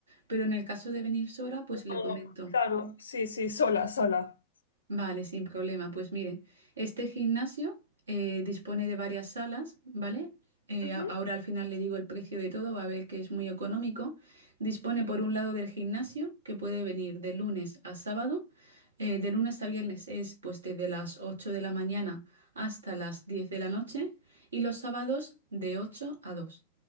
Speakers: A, on the right (about 70°); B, on the left (about 70°).
A: pero en el caso de venir sola, pues
B: No,
A: le comento.
B: claro, sí, sí, sola, sola.
A: Vale, sin problema. Pues mire, este gimnasio eh, dispone de varias salas, ¿vale? Eh,
B: Ujú.
A: a- ahora al final le digo el precio de todo, va a ver que es muy económico. Dispone por un lado del gimnasio, que puede venir de lunes a sábado. Eh, de lunes a viernes es pues desde las 8 de la mañana hasta las 10 de la noche y los sábados de 8 a 2.